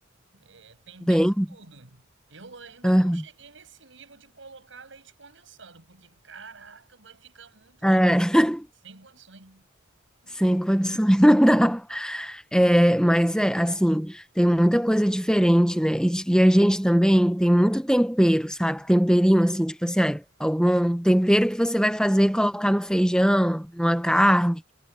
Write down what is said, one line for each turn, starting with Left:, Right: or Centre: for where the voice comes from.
Right: É, tem,
Centre: Bem.
Right: tem de tudo. Eu ainda
Centre: aham.
Right: não cheguei nesse nível de colocar leite condensado, porque caraca, vai ficar muito
Centre: É.
Right: doce,
Centre: <laughs>
Right: sem condições. Nu.
Centre: Sem condições não dá. É, mas é assim, tem muita coisa diferente, né? E, e a gente também tem muito tempero, sabe? Temperinho, assim, tipo assim, ai, algum tempero que você vai fazer e colocar no feijão, numa
Right: Aham.
Centre: carne.